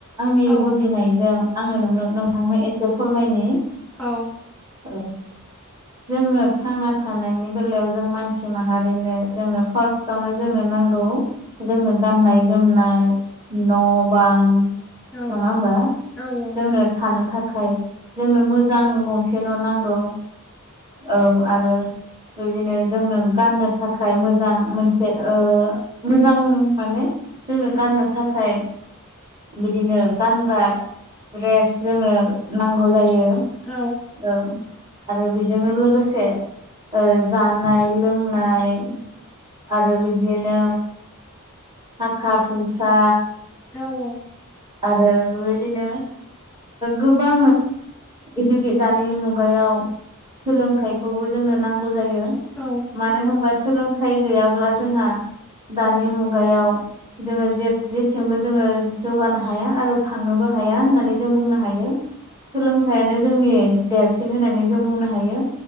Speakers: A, on the right; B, in the centre.
A: आंनि
B: औ
A: बुजिनायजों आंङो नों नोंथांनो एसे फोरमायनो
B: औ
A: औ जोंनो थांना थानायनि बेलायाव जों मानसि माहारिनो जोंनो फार्स्टावनो जोंनो नांगौ जोंनो गाननाय जोमनाय न' बां नंङा
B: औ
A: होमबा
B: औ औ
A: जोंनो थानो थाखाय जोंनो मोजां गंसे न' नांगौ। औ आरो बिदिनो जोंनो गाननो थाखाय मोजां मोनसे मोजां माने जोंनो गाननो थाखाय बिदिनो गानग्रा द्रेस जोंङो नांगौ जायो।
B: औ
A: औ आरो बेजोंनो लोगोसे जानाय लोंनाय आरो बिदिनो थाखा फैसा
B: औ औ
A: आरो बेबायदिनो गोबां इडुकेट दानि मुगायाव सोलोंथाइखौबो जोंनो नांगौ जायो
B: औ
A: मानो होनबा सोलोंथाइ गैयाब्ला जोंहा दानि मुगायाव जोंङो जे जेथिंबो जोंङो जौगानाय हाया आरो थांनोबो हाया होननानै जों बुंनो हायो सोलोंथाइानो जोंनि देरसिन होननानै जों बुंनो हायो।